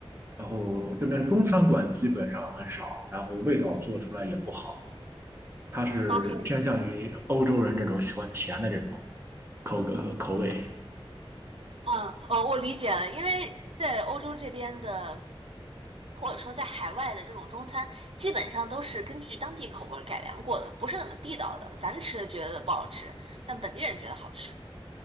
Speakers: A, on the right; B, on the right.
A: 然后这边中餐馆基本上很少，然后味道做出来也不好，它是偏向于欧洲人这种喜欢甜的这种
B: o k
A: 口呃口味。
B: 嗯，哦，我理解了，因为在欧洲这边的，或者说在海外的这种中餐，基本上都是根据当地口味儿改良过的，不是那么地道的。咱吃觉得不好吃，但本地人觉得好吃。